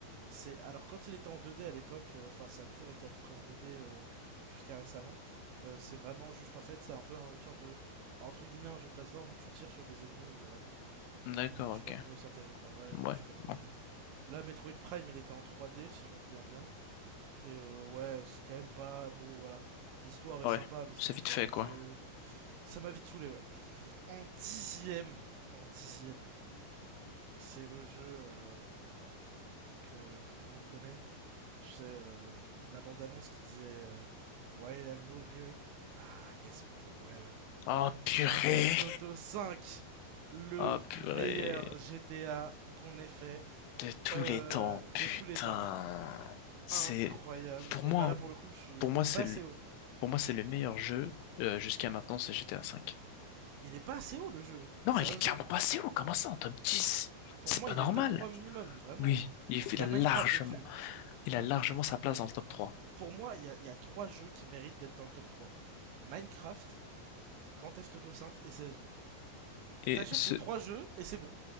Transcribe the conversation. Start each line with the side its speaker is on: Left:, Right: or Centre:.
Right: c'est alors quand il était en 2D à l'époque, euh, enfin euh, ça a toujours été à peu près en 2D euh, jusqu'à récemment. euh, c'est vraiment juste en fait, c'est un peu un- une sorte de entre guillemets un jeu de plateforme où tu tires sur des ennemis, voilà quoi.
Left: D'accord,
Right: Mais j'ai
Left: ok.
Right: pas trouvé ça terrible, en vrai, euh,
Left: Ouais,
Right: j'ai pas trop
Left: bon.
Right: aimé. Là, Metroid Prime, il était en 3D, si je me souviens bien. Et euh, ouais, c'est quand même pas... Bon, voilà. L'histoire
Left: Ouais,
Right: est sympa, mais c'est
Left: c'est
Right: vite
Left: vite
Right: fait,
Left: fait,
Right: quoi.
Left: quoi.
Right: J'ai... Ça m'a vite saoulé, ouais. En dixième, en dixième, c'est le jeu euh, que, que tout le monde connaît. Tu sais, euh, la bande-annonce qui disait euh, Why did I move here? Ah, I guess it was the weather.
Left: Ah, purée!
Right: Grand Theft Auto 5, le
Left: Ah, purée.
Right: meilleur GTA qu'on ait fait
Left: De tous
Right: euh,
Left: les temps,
Right: de
Left: putain.
Right: tous les temps.
Left: C'est,
Right: Incroyable.
Left: pour
Right: Et
Left: moi,
Right: bah
Left: hein,
Right: là, pour le coup, je suis...
Left: pour moi,
Right: il est
Left: c'est
Right: pas assez
Left: le,
Right: haut.
Left: pour moi, c'est le meilleur jeu, euh, jusqu'à maintenant, c'est GTA V.
Right: Il est pas assez haut le jeu,
Left: Non,
Right: sérieusement.
Left: il est clairement passé haut, comment ça, en top dix
Right: Pour
Left: C'est
Right: moi,
Left: pas
Right: il
Left: normal.
Right: est top 3 minimum, vraiment.
Left: Oui,
Right: hein.
Left: il, il
Right: Il y
Left: a
Right: a
Left: largement,
Right: Minecraft au-dessus.
Left: il a largement sa place dans le top trois
Right: Pour moi, il y, a- il y a 3 jeux qui méritent d'être dans le top trois Minecraft, Grand Theft Auto 5 et CSGO.
Left: Et
Right: T'achètes
Left: ce,
Right: ces 3 jeux et c'est bon.